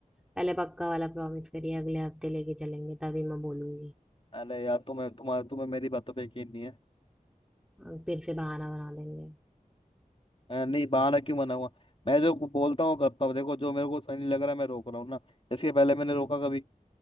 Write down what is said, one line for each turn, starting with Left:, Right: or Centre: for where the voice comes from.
Centre: पहले पक्का वाला प्रॉमिस करिए अगले हफ्ते लेके चलेंगे तभी मैं बोलूंगी
Left: अरे यार तुम्हें तुम्हारा तुम्हें मेरी बातों पे यकीन नहीं है
Centre: अब फिर से बहाना बना देंगे
Left: अ, नहीं बहाना क्यों बनाऊंगा मैं जो बोलता हूँ करता हूँ देखो जो मेरे को सही नहीं लग रहा है मैं रोक रहा हूँ ना इसके पहले मैंने रोका कभी